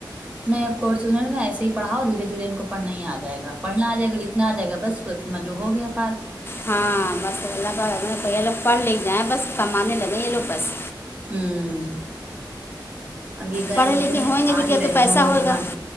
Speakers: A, on the right (about 20°); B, on the left (about 30°).
A: نئے کورس <unintelligible> پڑھاؤ دھیرے دھیرے ان کو پڑھنا ہی آجائے گا پڑھنا جائے گا لکھنا آ جائے گا بس مطلب ہو گیا پار
B: ہاں بس الله تعالی یہ لوگ پڑھ لکھ جائیں بس کمانے لگیں یہ لوگ بس
A: ہوں اب یہ گئے
B: پڑھے
A: ہیں لینے
B: لکھے ہوئیں گے لکھے
A: آ ہی رہے
B: تو پیسہ
A: ہوں گے اورحان
B: ہوئے گا